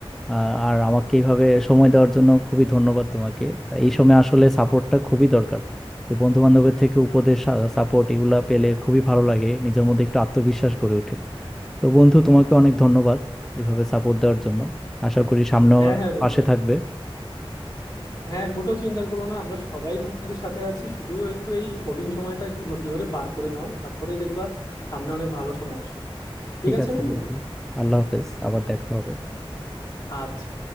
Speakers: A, in the centre; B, on the left.
A: আহ, আর আমাকে এইভাবে সময় দেওয়ার জন্য খুবই ধন্যবাদ তোমাকে এই সময় আসলে সাপোর্টটা খুবই দরকার যে বন্ধু বান্ধবের থেকে উপদেশ সাপোর্ট এগুলা পেলে খুবই ভালো লাগে নিজের মধ্যে একটু আত্মবিশ্বাস গড়ে ওঠে তো বন্ধু তোমাকে অনেক ধন্যবাদ এভাবে সাপোর্ট দেওয়ার জন্য আশা করি সামনেও
B: হ্যাঁ হ্যাঁ বন্ধু
A: পাশে থাকবে
B: হ্যাঁ মোটেও চিন্তা করো না আমরা সবাই তোমাদের সাথে আছি শুধু একটু এই কঠিন সময়টা একটু ধৈর্য ধরে পার করে নাও তারপরেই দেখবা সামনে অনেক ভালো সময় আসতেছে ঠিক
A: ঠিক
B: আছে
A: আছে
B: বন্ধু
A: বন্ধু আল্লাহ হাফেজ আবার দেখা হবে
B: আচ্ছা